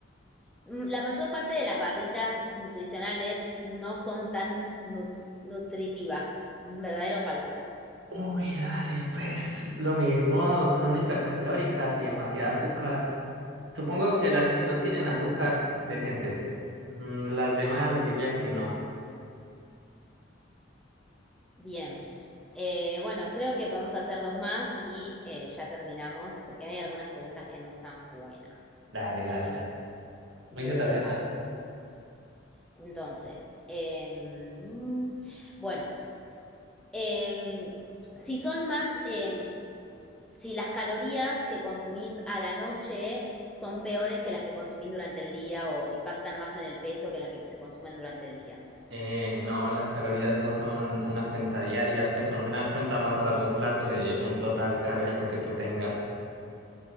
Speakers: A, in the centre; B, on the right (about 65°).
A: mm, la mayor parte de las barritas nutricionales no son tan nu- nutritivas, verdadero o falso.
B: Uy, dale, pues lo mismo, son hipercalóricas y demasiado azúcar. Supongo que las que no tienen azúcar, decentes. Mm, Las demás diría que no.
A: Bien. Eh, bueno, creo que podemos hacer dos más y eh, ya terminamos porque hay algunas preguntas que no están buenas,
B: Dale,
A: que
B: dale,
A: son
B: dale.
A: medio
B: Muy ZZ.
A: aburridas. Entonces, em, bueno. Eh, si son más, eh, si las calorías que consumís a la noche son peores que las que consumís durante el día o impactan más en el peso que las que, que se consumen durante el día.
B: Eh, no, las calorías no son una cuenta diaria, pues son una cuenta más a largo plazo de un total calórico que tú tengas.